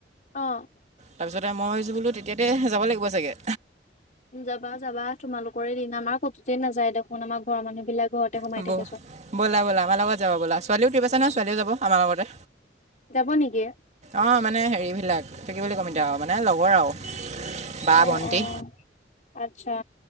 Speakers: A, on the left; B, on the right.
A: অ'।
B: তাৰপিছতে মই ভাবিছোঁ বোলো তেতিয়াতে যাব লাগিব চাগে।
A: যাবা-যাবা তোমালোকৰে দিন আমাৰ ক'তোতেই নাযায় দেখোন আমাৰ ঘৰৰ মানুহ বিলাক ঘৰতে সোমাই
B: হ'ব
A: থাকে চব।
B: ব'লা- ব'লা আমাৰ লগত যাবা ব'লা ছোৱালীও ট্ৰিপ আছে নহয় ছোৱালীও যাব আমাৰ লগতে।
A: যাব নেকি?
B: অ', মানে হেৰিবিলাক এতিয়া কি বুলি ক'ম এতিয়া মানে লগৰ আৰু। বা
A: অ'-অ'
B: ভণ্টি
A: আচ্ছা।